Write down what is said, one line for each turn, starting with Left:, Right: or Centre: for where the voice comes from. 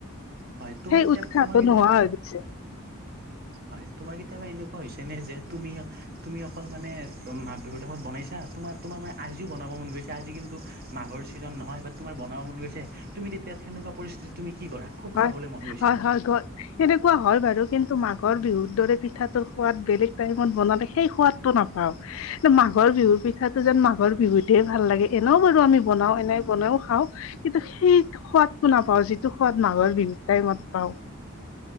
Right: হয় তোমাৰ
Left: সেই
Right: কেতিয়াবা
Left: উৎসাহটো
Right: তোমাৰ কেতিয়াবা
Left: নোহোৱা হৈ গৈছে।
Right: হয় তোমাৰ কেতিয়াবা এনেকুৱা হৈছে নে যে তুমি তুমি অকল মানে মা বিহুৰ টাইত বনাইছা, তোমাৰ তোমাৰ মানে আজিও বনাব মন গৈছে। এতিয়া আজি কিন্তু মাঘৰ ছিজন নহয়, বাট তোমাৰ বনাব মন গৈছে, তুমি তেতিয়া সেনেকুৱা পৰিস্থিতিত তুমি কি কৰা? খুব
Left: হয়,
Right: খাবলে মন গৈছে
Left: হয়,
Right: আৰু।
Left: হয়, গ সেনেকুৱা হয় বাৰু। কিন্তু মাঘৰ বিহুত দৰে পিঠাটোৰ সোৱাদ বেলেগ টাইমত বনালে সেই সোৱাদটো নাপাওঁ। মাঘৰ বিহুৰ পিঠাটো যেন মাঘৰ বিহুতে ভাল লাগে, এনে‌ও বাৰু আমি বনাওঁ, এনে বনাওঁ খাওঁ। কিন্তু সেই সোৱাদটো নাপাওঁ, যিটো সোৱাদ মাঘৰ বিহুত টাইমত পাওঁ।